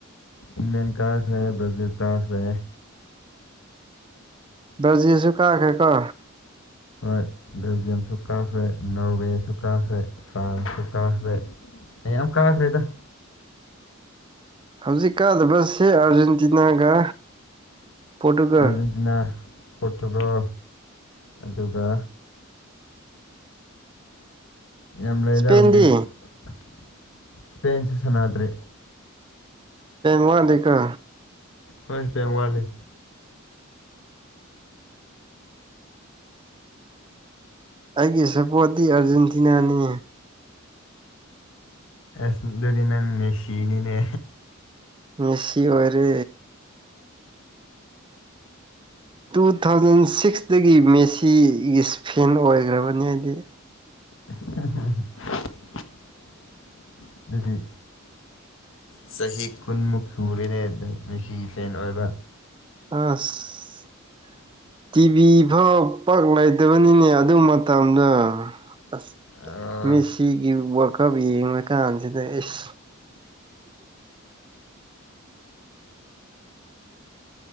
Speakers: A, on the left; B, on the right.
A: ꯏꯪꯂꯦꯟ ꯀꯥꯥꯁꯦ ꯭ꯔꯖꯤꯜ ꯀꯥꯥꯁꯦ
B: ꯔꯖꯤꯁꯨꯨꯀꯥ ꯀꯦ ꯀ
A: ꯍꯣꯏ ꯕꯦꯜꯖꯤꯌꯝꯁꯨ ꯀꯥꯈ꯭ꯔꯦ ꯅꯣꯔꯋꯦꯁꯨ ꯀꯥꯈ꯭ꯔꯦ ꯐ꯭ꯔꯥꯟꯁꯁꯨ ꯀꯥꯈ꯭ꯔꯦ ꯑꯩ ꯌꯥꯝ ꯀꯥꯈ꯭ꯔꯦꯗ
B: ꯍꯧꯖꯤꯛ ꯀꯥꯗꯕꯁꯤ ꯑꯥꯔꯖꯦꯟꯇꯤꯅꯥꯒ ꯄꯣꯔꯇꯨꯒꯜ
A: ꯑꯔꯖꯦꯟꯇꯤꯅꯥ ꯄꯣꯔꯇꯨꯒꯜ ꯑꯗꯨꯒ ꯌꯥꯝ ꯂꯩꯗ
B: ꯏꯁꯄꯦꯟꯗꯤ
A: ꯍꯧꯖꯤꯛ ꯏꯁꯄꯦꯟꯁꯨ ꯁꯥꯟꯅꯗ꯭ꯔꯔꯤ
B: ꯃꯗꯤ ꯀ
A: ꯐꯁ ꯕꯦꯡꯋꯥꯔꯂꯤ
B: ꯑꯩꯒꯤ ꯁꯞꯄꯣꯔꯠꯇꯤ ꯑꯥꯔꯖꯦꯟꯇꯤꯅꯥꯅꯤ
A: ꯑ ꯑꯗꯨꯗꯤ ꯅꯪ ꯃꯦꯁꯤꯅꯤꯅꯦ
B: ꯃꯁꯤꯁꯤ ꯑꯣꯏꯔ ꯇꯨ ꯊꯥꯎꯖꯟ ꯁꯤꯛꯁꯇꯒꯤ ꯃꯦꯁꯤꯒꯤ ꯏꯁ ꯐꯦꯟ ꯑꯣꯏꯈ꯭ꯔꯕꯅꯤ ꯍꯥꯏꯗꯤ
A: ꯎꯝꯝ ꯑꯗꯨꯗꯤ ꯆꯍꯤ ꯀꯨꯟꯃꯨꯛ ꯁꯨꯔꯦꯅꯦ ꯃꯦꯁꯤ ꯐꯦꯟ ꯑꯣꯏꯕ
B: ꯄꯥꯁ <unintelligible> ꯇꯤꯚꯤ ꯐꯥꯎ ꯄꯥꯛ ꯂꯩꯇꯕꯅꯤꯅꯦ ꯑꯗꯨ ꯃꯇꯝꯗ ꯑꯁ
A: ꯑꯥ
B: ꯃꯤꯁꯤꯒꯤ ꯋꯥꯔꯜꯀꯞ ꯌꯦꯡꯕ ꯀꯥꯟꯁꯤꯗ ꯑꯦ <inaudible>